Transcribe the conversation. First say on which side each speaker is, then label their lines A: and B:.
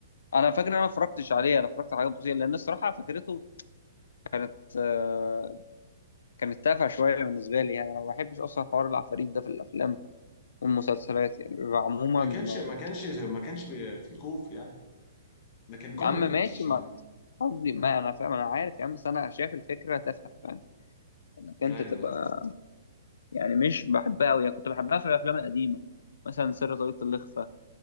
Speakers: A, on the left; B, on the left.
A: انا فاكر ان انا ما اتفرجتش عليه انا اتفرجت على حاجات بسيطه لان الصراحه فكرته كانت آه، كانت تافهه شويه بالنسبه لي يعني انا ما بحبش اصلا حوار العفاريت ده في الافلام والمسلسلات يعني بيبقى عموما
B: ما كانش
A: آه،
B: ما كانش ما كانش بي- في خوف يعني ده كان
A: يا
B: كوميدي
A: عم ماشي
B: مش
A: ما قصدي ما انا فاهم انا عارف يا عم بس انا شايف الفكره تافهه فاهم انك انت
B: ايوه
A: تبقى
B: ايوه
A: يعني مش بحبها قوي يعني كنت بحبها في الافلام القديمه مثلا سر طاقية الإخفاء